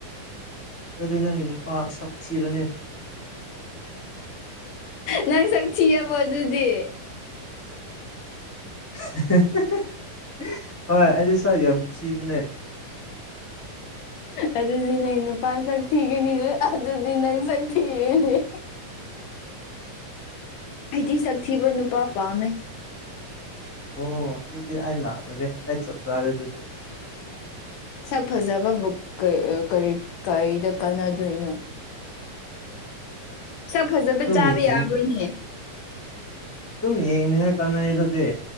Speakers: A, in the centre; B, on the left.
A: ꯑꯗꯨꯗꯤ ꯅꯪꯒꯤ ꯅꯨꯄꯥ ꯁꯥꯛꯊꯤꯔꯅꯤ
B: ꯅꯪ ꯁꯛ ꯊꯤꯔꯕꯣ ꯑꯗꯨꯗꯤ
A: <unintelligible> ꯍꯣꯏ ꯑꯩꯗꯤ ꯁꯛ ꯌꯥꯝ ꯊꯤꯕꯅꯦ
B: ꯑꯗꯨꯗꯤ ꯅꯪ ꯅꯨꯄꯥ ꯁꯛ ꯊꯤꯒꯅꯤ ꯑꯗꯨꯗꯤ ꯅꯪ ꯁꯛ ꯊꯤꯔꯦꯅꯦ
A: <inaudible>
B: ꯑꯩꯗꯤ ꯁꯛ ꯊꯤꯕ ꯅꯨꯄꯥ ꯄꯥꯝꯃꯦ
A: ꯑꯣ ꯑꯗꯨꯗꯤ ꯑꯩ ꯂꯥꯛꯔꯒꯦ ꯑꯩ ꯆꯞ ꯆꯥꯔꯦ ꯑꯗꯨꯗꯤ
B: ꯁꯛ ꯐꯖꯕ ꯕꯨ ꯀꯔꯤ ꯀꯔꯤꯗ ꯀꯥꯟꯅꯗꯣꯏꯅꯣ ꯁꯛ ꯐꯖꯕ
A: ꯑꯗꯨꯝ
B: ꯆꯥꯕ
A: ꯌꯦꯡ
B: ꯌꯥꯕ꯭ꯔꯣꯅꯦ
A: ꯑꯗꯨꯝ ꯌꯦꯡꯅꯤꯉꯥꯏ ꯀꯥꯟꯅꯩꯌꯦꯗꯨꯗꯤ